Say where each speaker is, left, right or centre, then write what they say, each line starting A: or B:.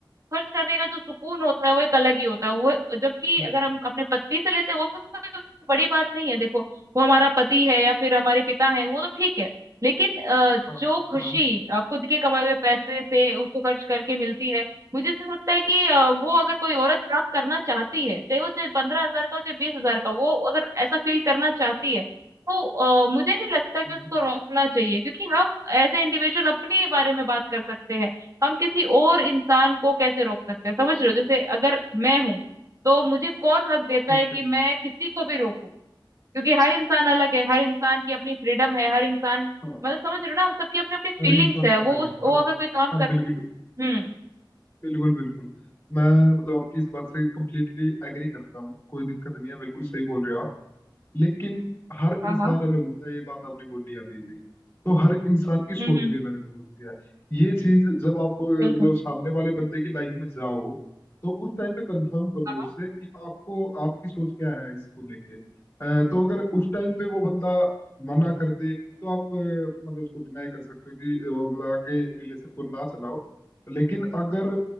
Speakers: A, on the right; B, on the left.
A: खर्च करने का जो सुकून होता है वो एक अलग ही होता है वो जबकि
B: हम्म,
A: अगर हम अपने पति से लेते हैं वो भी तो कोई बड़ी बात नहीं है देखो वो हमारा पति है या फिर हमारे पिता है वो तो ठीक है लेकिन अ,
B: हाँ
A: जो खुशी
B: हाँ
A: अ, खुद के कमाए हुए पैसे से उसको खर्च करके मिलती है मुझे ऐसा लगता है कि अ, वो अगर कोई औरत काम करना चाहती है चाहे वो चाहे पंद्रह हजार का हो चाहे बीस हजार का वो अगर ऐसा फील करना चाहती है तो अ, मुझे नहीं लगता कि
B: हम्म
A: उसको रोकना चाहिए क्योंकि हम एज ए इंडिविजुअल अपने बारे में बात कर सकते हैं हम किसी और इंसान को कैसे रोक सकते हैं समझ रहे हो जैसे अगर मैं हूं तो मुझे कौन हक देता
B: ठीक
A: है कि
B: है
A: मैं किसी को भी रोकूं क्योंकि हर इंसान अलग है हर इंसान की अपनी फ्रीडम है हर इंसान
B: हाँ
A: मतलब समझ रहे हो ना सबकी अपनी अपनी
B: हर
A: फीलिंग्स
B: इंसान
A: है
B: अलग
A: वो
B: है
A: उस वो
B: हर
A: अगर कोई काम
B: हाँ
A: कर
B: बिल्कुल
A: हम्म
B: बिल्कुल बिल्कुल मैं मतलब आपकी इस बात से कंप्लीटली एग्री करता हूँ कोई दिक्कत नहीं है बिल्कुल सही बोल रहे हो आप लेकिन हर इंसान
A: हाँ हाँ
B: अलग होता है ये बात आपने बोली अभी अभी तो हर इंसान की सोच
A: हम्म हम्म
B: भी अलग अलग होती है ये चीज जब आप अ, मतलब
A: बिल्कुल
B: सामने वाले बंदे की लाइफ में जाओ तो उस टाइम पे कंफर्म कर
A: हाँ,
B: लो उससे
A: हाँ,
B: कि आपको आपकी सोच क्या है इसको लेके अ, तो अगर उस टाइम पे वो बंदा मना कर दे तो आप अ, मतलब उसको डिनाई कर सकते हो कि अ, वो मतलब आगे रिलेशन को ना चलाओ लेकिन अगर